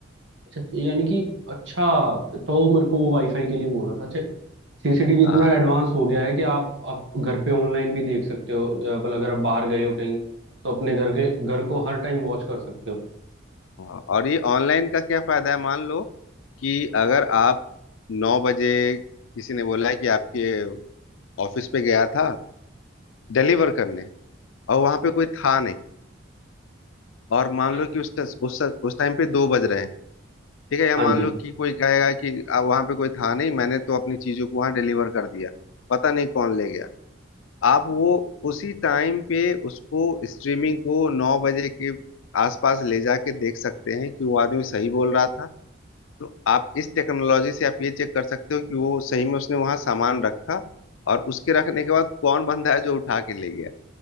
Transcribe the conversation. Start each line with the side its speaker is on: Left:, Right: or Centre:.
Right: अच्छा यानी कि अच्छा तो मेरे को वो वाईफाई के लिए बोल रहा था अच्छा सीसीटीवी इतना
Left: हाँ
Right: एडवांस हो गया है कि आप आप घर पे ऑनलाइन भी देख सकते हो अ, मतलब अगर आप बाहर गए हो कहीं तो अपने घर के घर को हर टाइम वॉच कर सकते हो
Left: हाँ। और ये ऑनलाइन का क्या फायदा है मान लो कि अगर आप नौ बजे किसी ने बोला है कि आपके ऑफिस पे गया था डिलीवर करने और वहां पे कोई था नहीं और मान
Right: हाँ
Left: लो कि उस ट- उस उस टाइम पे दो बज रहे हैं ठीक है या
Right: हाँ
Left: मान
Right: जी
Left: लो कि कोई कहेगा कि अब वहां पे कोई था नहीं मैंने तो अपनी चीजों को वहां डिलीवर कर दिया पता नहीं कौन ले गया आप वो उसी टाइम पे उसको स्ट्रीमिंग को नौ बजे के आसपास ले जाके देख सकते हैं कि वो आदमी सही बोल रहा था तो आप इस टेक्नोलॉजी से आप ये चेक कर सकते हो कि वो सही में उसने वहां सामान रखा और उसके रखने के बाद कौन बंदा है जो उठा के ले गया